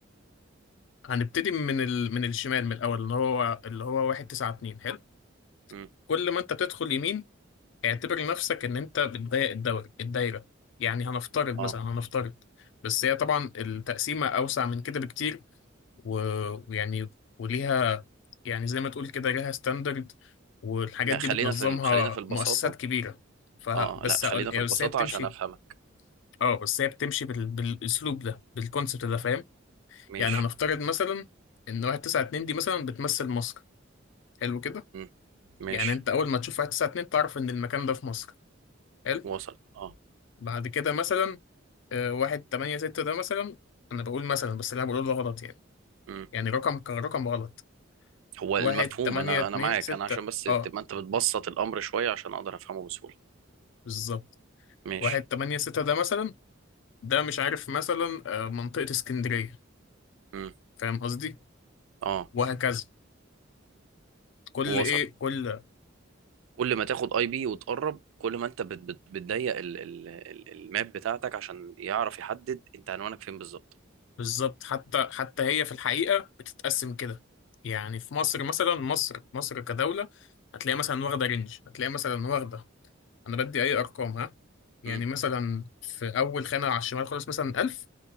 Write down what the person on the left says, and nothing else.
هنبتدي من ال... من الشمال من الاول اللي هو اللي هو 1 9 2 حلو
كل ما انت تدخل يمين اعتبر نفسك ان انت بتضيق الدور الدايره يعني هنفترض
مثلا هنفترض بس هي طبعا التقسيمه اوسع من كده بكتير و- ويعني وليها يعني زي ما تقول كده ليها ستاندرد والحاجات
دي
بتنظمها
مؤسسات كبيرة ف
بس
هقول-
يعني
بس هي بتمشي
اه بس هي بتمشي بال... بالاسلوب ده بالكونسبت ده فاهم
يعني هنفترض مثلا ان 192 دي مثلا بتمثل مصر حلو كده
يعني انت اول ما تشوف 192 تعرف ان المكان ده في مصر حلو
بعد كده مثلا آه، 186 ده مثلا انا بقول مثلا بس اللي انا بقوله ده غلط يعني
يعني رقم كرقم غلط
1
8
2
6
اه
بالظبط
واحد تمانية ستة ده مثلا ده مش عارف مثلا آه، منطقة اسكندرية
فاهم قصدي
وهكذا كل
ايه كل
بالظبط حتى حتى هي في الحقيقة بتتقسم كده يعني في مصر مثلا مصر مصر كدولة هتلاقي مثلا واخدة رينج هتلاقي مثلا واخدة أنا بدي أي أرقام ها يعني
مثلا في أول خانة على الشمال خالص مثلا 1000